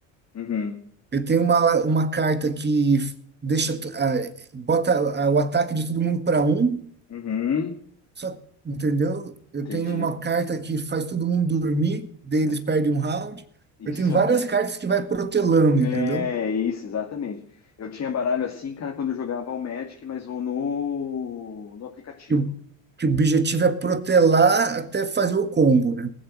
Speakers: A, on the left; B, on the right.
A: uhum,
B: Eu tenho uma, uma carta que deixa to- ah, bota ah, o ataque de todo mundo para um.
A: uhum.
B: Só, entendeu? Eu
A: Entendi.
B: tenho uma carta que faz todo mundo dormir, daí eles
A: Eu,
B: perdem um round.
A: Isso
B: Eu tenho
A: é
B: várias
A: bom.
B: cartas que vai protelando,
A: É,
B: entendeu?
A: isso, exatamente. Eu tinha baralho assim, cara, quando eu jogava o Magic, mas o no, no aplicativo.
B: Que o, que o objetivo é protelar até fazer o combo, né?